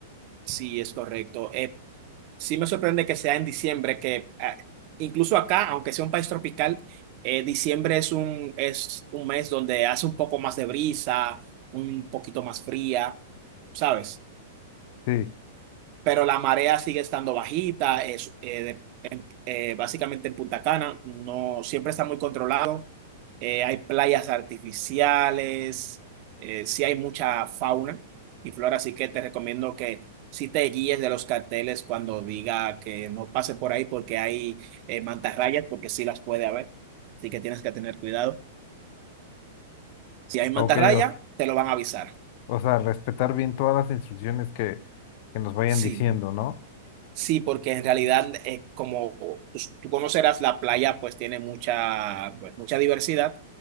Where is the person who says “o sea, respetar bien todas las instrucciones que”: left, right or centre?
Left